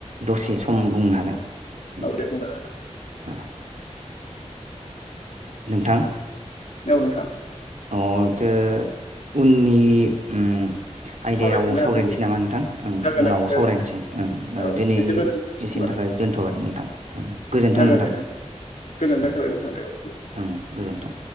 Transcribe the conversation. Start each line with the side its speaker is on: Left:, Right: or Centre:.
Right: दसे सम बुंनो हागोन उम
Left: औ दे बुंनो हागोन
Right: ओ नोंथां
Left: औ नोथां
Right: अ <unintelligible> उननि उम आयदायाव
Left: सावरायफिननो हागोन
Right: सावरायनोसै नामा नोंथां
Left: जागोन
Right: उनाव
Left: नोंथां
Right: सावरायनोसै
Left: जागोन औ
Right: दिनै
Left: बिदिब्ला जों होनबा
Right: एसेनि थाखाय दोनथ'बाय नोंथां गोजोनथों
Left: जागोन
Right: नोंथां
Left: दे गोजोननाय
Right: ओं
Left: थाबाय नोंथां दे औ
Right: ओं गोजोन्थों।